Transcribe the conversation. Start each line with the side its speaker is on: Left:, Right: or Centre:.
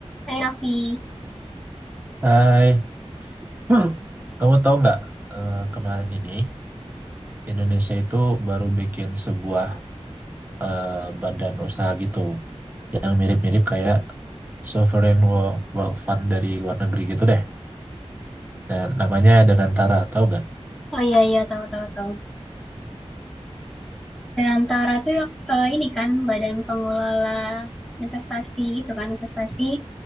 Centre: Hai Raffi.
Right: Hai, <clears throat> kamu tahu nggak eh, kemarin ini Indonesia itu baru bikin sebuah eh, badan usaha gitu yang mirip-mirip kayak Sovereign Wealth, Wealth Fund dari luar negeri gitu deh. Nah, namanya Danantara, tahu nggak?
Centre: Oh iya iya tahu tahu tahu. antara itu ya, eh, ini kan badan pengelola investasi gitu kan investasi